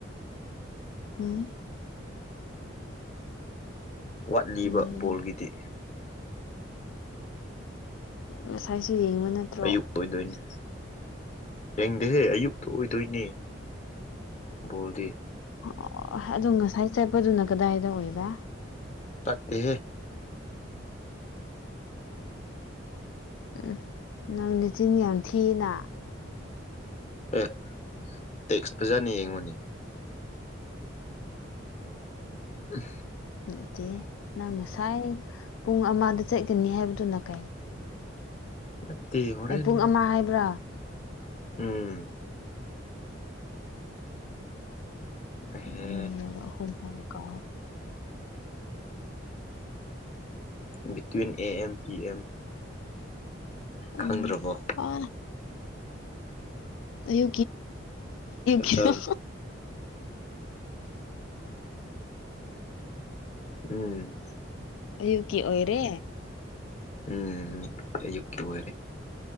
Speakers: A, on the left (about 85°); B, on the left (about 35°).
A: ꯎꯝ
B: ꯋꯥꯠꯂꯤꯕ
A: ꯎꯝ
B: ꯕꯣꯜꯒꯤꯗꯤ
A: ꯉꯁꯥꯏꯁꯨ ꯌꯦꯡꯕ ꯅꯠꯇ꯭ꯔꯣ
B: ꯑꯌꯨꯛꯇ ꯑꯣꯏꯗꯣꯏꯅꯦ ꯌꯦꯡꯗꯦꯍꯦ ꯑꯌꯨꯛꯇ ꯑꯣꯏꯗꯣꯏꯅꯦ ꯕꯣꯜꯗꯤ
A: ꯑꯣ ꯑꯗꯨꯗꯣ ꯉꯁꯥꯏ ꯆꯠꯄꯗꯨꯅ ꯀꯗꯥꯏꯗ ꯑꯣꯏꯕ
B: ꯐꯠꯇꯦ
A: ꯎꯝ ꯅꯪꯅꯆꯤꯤꯟ ꯌꯥꯝ ꯊꯤꯅ
B: ꯑꯦ ꯇꯦꯛꯁ ꯐꯖꯅ ꯌꯦꯡꯉꯨꯅꯤ ꯎ
A: ꯅꯠꯇꯦ ꯅꯪ ꯉꯁꯥꯏ ꯄꯨꯡ ꯑꯃꯗ ꯆꯠꯀꯅꯤ ꯍꯥꯏꯕꯗꯨꯅ ꯀꯥꯏ
B: ꯅꯠꯇꯦ ꯍꯣꯔꯦꯟ
A: ꯑꯦ ꯄꯨꯡ ꯑꯃ ꯍꯥꯏꯕ꯭ꯔꯥ
B: ꯎꯝ ꯑꯍꯦ
A: ꯎꯝꯅꯤꯔꯍꯨꯝ ꯍꯥꯏꯕ ꯀ
B: between A M P M ꯈꯪꯗ꯭ꯔꯕꯣ
A: ꯎꯝ ꯍ ꯀꯅꯣ
B: ꯆꯥꯛ
A: ꯀꯅꯣ
B: ꯆꯥꯔꯕꯣ ꯎꯝ
A: ꯑꯌꯨꯀꯤ ꯑꯣꯏꯔꯦ
B: ꯎꯝ ꯌꯀꯤ ꯑꯣꯏꯔꯦ